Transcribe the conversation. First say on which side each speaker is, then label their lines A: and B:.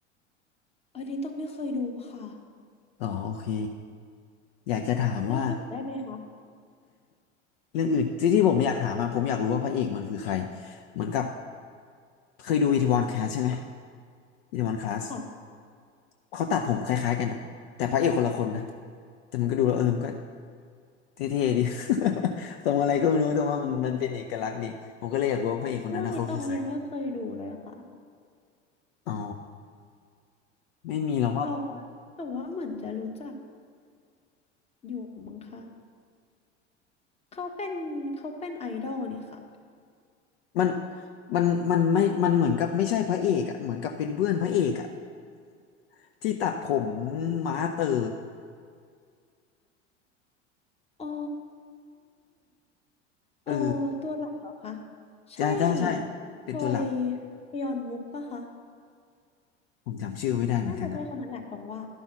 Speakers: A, on the left; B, on the left.
A: อันนี้ต้องไม่เคยดูค่ะ
B: อ๋อโอเคอยากจะถามว่า
A: เรื่องอื่นได้ไหมคะ
B: เรื่องอื่นที่ที่ผมอยากถามมาผมอยากรู้ว่าพระเอกมันคือใครเหมือนกับเคยดูอีทวอนคลาสใช่ไหมอีทวอนคลาส
A: <laughs> ค่ะ
B: เขาตัดผมคล้ายๆกันนะแต่พระเอกคนละคนนะแต่มันก็ดูแล้วเออมันก็เท่ๆดี <laughs> ตรงอะไรก็ไม่รู้แต่ว่ามันมันเป็นเอกลักษณ์ดีผมก็เลยอยากรู้ว่าพระเอกคนนั้นนะเขาคือใคร
A: อืมเรื่องนี้ตองยังไม่เคยดูเลยค่ะ
B: อ๋อไม่มีหรอกว่า
A: เออแต่ว่าเหมือนจะรู้จักอยู่มั้งคะเขาเป็นเขาเป็นไอดอลนี่ค่ะ
B: มันมันมันไม่มันเหมือนกับไม่ใช่พระเอกอะเหมือนกับเป็นเพื่อนพระเอกอะ <laughs> ที่ตัดผมม้าเต๋อ
A: อ๋อเออตัวหลักเหรอคะ
B: เออ
A: ใช่
B: ใช่ใช่ใช่เป็นตัวหลัก
A: จอยยอนวุกปะคะ
B: ผมจำชื่อไม่ได้เหมือนกันนะ
A: น่าจะใช่คนนั้นแหละตรงว่า